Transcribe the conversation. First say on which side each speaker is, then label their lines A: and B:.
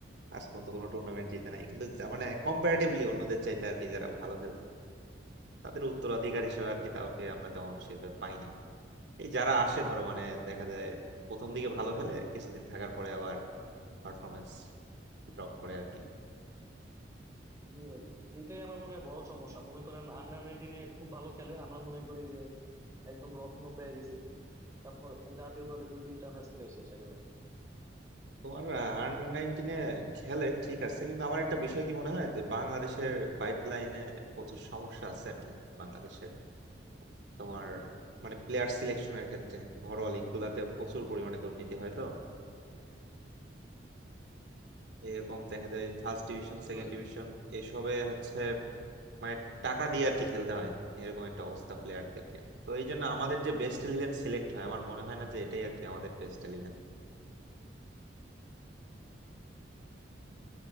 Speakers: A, on the right; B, on the right.
A: আজ পর্যন্ত কোনো টুর্নামেন্ট জিতে নাই কিন্তু যা- মানে কম্পারেটিভলি অন্যদের চাইতে আর কি যারা ভালো খেলতো তাদের উত্তরাধিকার হিসেবে আর কি তাকে আমরা তেমন সেভাবে পাই নাই এই যারা আসে ধরো মানে দেখা যায় প্রথম দিকে ভালো খেলে কিছুদিন থাকার পরে আবার পারফরমেন্স ড্রপ করে আর কি
B: জি ভাই এটাই আমার মনে হয় বড় সমস্যা মনে করেন আন্ডার নাইনটিনে খুব ভালো খেলে আমরা মনে করি যে একদম রত্ন পেয়ে গেছি তারপর জাতীয় দলে দুই তিনটা ম্যাচ খেলে শেষ একেবারে
A: তোমার আন্ডার নাইনটিনে খেলে ঠিক আছে কিন্তু আমার একটা বিষয় কি মনে হয় যে বাংলাদেশের পাইপলাইনে প্রচুর সমস্যা আছে আর কি বাংলাদেশের তোমার মানে প্লেয়ার সিলেকশনের ক্ষেত্রে ঘরোয়া লিগ গুলাতে প্রচুর পরিমাণে দুর্নীতি হয় তো এরকম দেখা যায় ফার্স্ট ডিভিশন
B: জি
A: সেকেন্ড
B: ভাই
A: ডিভিশন এসবে হচ্ছে মানে টাকা দিয়ে আর কি খেলতে হয় এরকম একটা অবস্থা প্লেয়ারদেরকে তো এই জন্য আমাদের যে বেস্ট ইলেভেন সিলেক্ট হয় আমার মনে হয় না যে এটাই আর কি আমাদের বেস্ট ইলেভেন